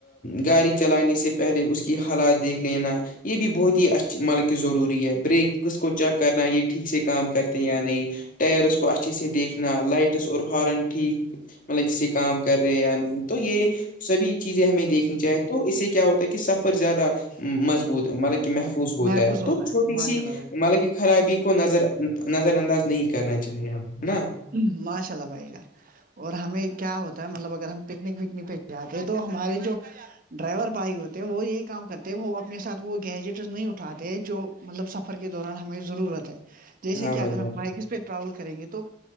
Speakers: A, on the left; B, on the right.
A: گاڑی چلانے سے پہلے اس کے کی حالات دیکھ لینا یہ بھی بہت ہی اچ مطلب کہ ضروری ہے بریک کس کو چیک کرنا یہ ٹھیک سے کام کرتے یا نہیں ٹائرس کو اچھے سے دیکھنا لائٹس اور ہارن ٹھیک مطلب کسی کام کر رہے یا نہیں تو یہ سبھی چیزیں ہمیں دیکھنی چاہیں تو اس سے کیا ہوتا ہے کہ سفر زیادہ مضبوط مطلب کہ محفوظ ہوتا
B: محفوظ
A: ہے تو چھوٹی
B: ماشاء
A: سی
B: اللہ بھائی
A: مطلب کی خرابی کو نظر نظر انداز نہیں کرنا چاہیے ہم ہے نا
B: ہ معشء ال باائی گ اور ہمیں کیا ہوتا ہے مطلب اگر ہم پکنک وکنک پہ جاتے تو ہمارے جو ڈرائیور بھائی ہوتے ہیں وہ یہی کام کرتے وہ اپنے ساتھ وہ گیجٹ نہیں اٹھاتے جو مطلب سفر کے دوران ہمیں ضرورت ہے جیسے
A: ہاں
B: کہ اگر
A: بھائی جان
B: ہم بائکس پہ ٹریاول کریں گے تو تو